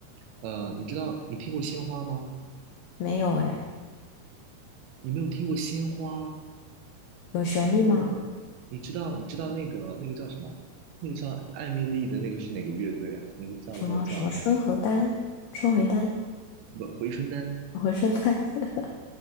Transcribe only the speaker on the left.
没有哎，
有旋律吗？
什么什么春和丹、春回丹、
回春丹，<laughs>